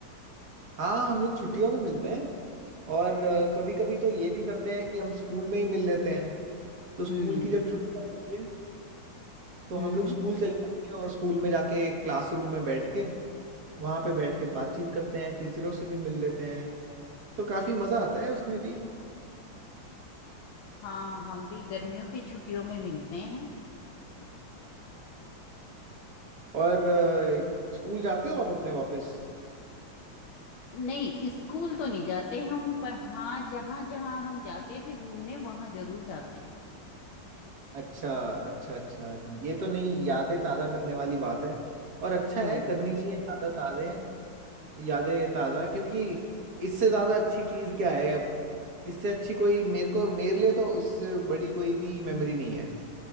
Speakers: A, on the right; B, on the left.
A: हाँ हम लोग छुट्टियों में मिलते हैं और कभी कभी तो ये भी करते हैं कि हम स्कूल में ही मिल लेते हैं तो स्कूल
B: हम्म
A: की जब छुट्टियां होती है तो
B: हम्म
A: हम लोग स्कूल चले जाते हैं और स्कूल में जाके क्लासरूम में बैठ के वहां पे बैठ के बातचीत करते हैं टीचरों से भी मिल लेते हैं तो काफी मजा आता है उसमें भी
B: हाँ हम भी गर्मियों की छुट्टियों में मिलते हैं
A: और अ, स्कूल जाते हो आप अपने वापस
B: नहीं स्कूल तो नहीं जाते हम पर हाँ जहाँ जहाँ हम जाते थे घूमने वहां जरूर जाते हैं
A: अच्छा अच्छा अच्छा ये तो नहीं यादें ताज़ा करने वाली बात है और अच्छा
B: हम्म
A: है करनी चाहिए यादा ताज़े यादें ताज़ा क्योंकि इससे ज़्यादा अच्छी चीज़ क्या है अब इससे अच्छी कोई मेरे को मेरे लिए तो इससे बड़ी कोई भी मेमोरी नहीं है